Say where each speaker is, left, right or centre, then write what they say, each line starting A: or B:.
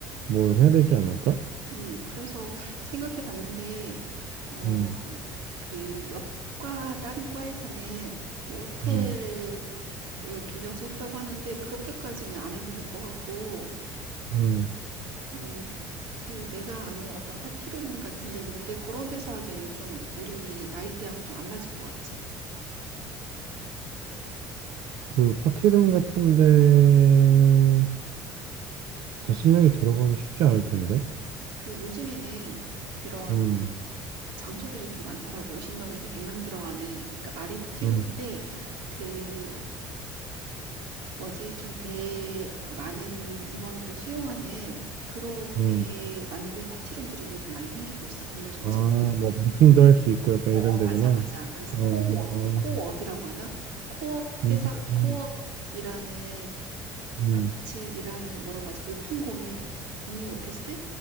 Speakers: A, on the right (about 55°); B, on the right (about 80°).
A: 뭘 해야 되지 않을까?
B: 음, 그래서 생각해 봤는데, 어,
A: 음,
B: 그 옆과 다른 과에서는 뭐 호텔을
A: 음,
B: 빌려서 했다고 하는데, 그렇게까지는 안 해도 될 것 같고,
A: 음.
B: 음, 그 내가 아는 어떤 파티룸 같은 데 있는데, 그런 데서 하기에는 좀 우리 나이대하고 좀 안 맞을 것 같지.
A: 그 파티룸 같은 데는 40명이 들어가기 쉽지 않을 텐데.
B: 그 요즘에는 그런
A: 음,
B: 장소들이 되게 많더라고. 50명에서 100명 들어가는, 그러니까 말이 파티룸인데,
A: 음,
B: 그 뭐지? 좀 대, 그 많은 인원들을 수용하는 그렇게
A: 음.
B: 만든 파티룸들이 요즘 많이 생기고 있어, 건물 전체가.
A: 아, 뭐 미팅도 할 수 있고 약간
B: 어,
A: 이런
B: 어,
A: 데구나.
B: 맞아, 맞아. 그래서
A: 어,
B: 코워크,
A: 어,
B: 코워크이라고
A: 어.
B: 하나? 코워크
A: 음,
B: 회사,
A: 음,
B: 코워크이라는
A: 음.
B: 같이 일하는 뭐라고 하지? 오픈 공유 공유 오피스?